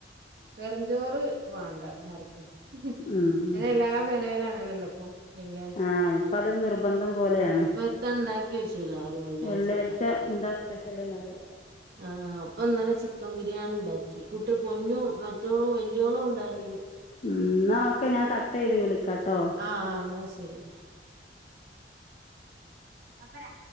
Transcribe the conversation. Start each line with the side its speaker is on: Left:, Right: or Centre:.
Right: വെർഞ്ചോറ് മാണ്ട ആർക്കും ഇങ്ങനെ
Left: ഉം
Right: എല്ലാ പെരേല ല്ലപ്പൊ വെള്ളിയാഴ്ച
Left: ആ ഇപ്പം അതൊരു നിർബന്ധം പോലെയാണ്
Right: ഇപ്പ എത്തണ്ടാക്കി യ് ചൂല ആര വെള്ളാഴ്
Left: വെള്ളിയാഴ്ച എന്താ സ്പെഷ്യൽ എന്നാ ചോദിക്കുക
Right: ആ അപ്പൊന്നലെ ചിക്ക ബിരിയാണിണ്ടാക്കി കുട്ടി പൊന്നു മറ്റോളും വല്ല്യോളും ണ്ടായ്നി
Left: ഉം ന്നാ ഓക്കെ ഞാൻ കട്ട് ചെയ്ത് വിളിക്കാട്ടോ
Right: ആഹ് ആഹ് എന്നാ ശരി അപ്പരാ